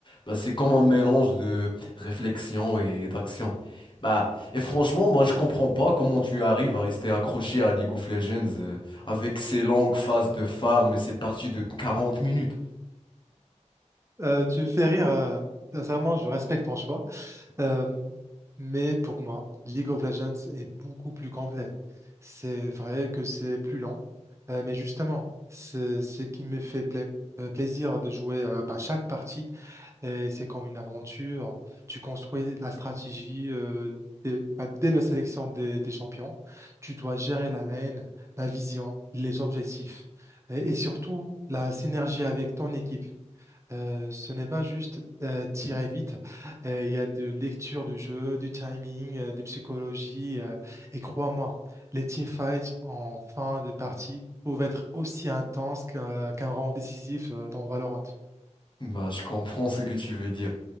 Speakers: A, on the left (about 40°); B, on the right (about 25°).
A: Bah, c'est comme un mélange de réflexion et d'action. Bah, et franchement, moi, je comprends pas comment tu arrives à rester accroché à League of Legends euh, avec ces longues phases de farm et ces parties de 40 minutes.
B: Euh, tu me fais rire. euh, sincèrement, je respecte ton choix. Euh, mais pour moi, League of Legends est beaucoup plus complet. C'est vrai que c'est plus lent, euh, mais justement, c'est ce qui me fait pla- euh, plaisir de jouer euh, bah, chaque partie. Et c'est comme une aventure. Tu construis la stratégie euh, dès, bah, dès la sélection des, des champions. Tu dois gérer la lane, la vision, les objectifs et et surtout la synergie avec ton équipe. Euh, ce n'est pas juste euh, tirer vite. Euh, Il y a de lecture de jeu, du timing, euh, de psychologie. euh, et crois-moi, les teamfights en fin de partie peuvent être aussi intenses qu'un qu'un round décisif euh, dans Valorant.
A: Bah, je comprends ce que tu veux dire,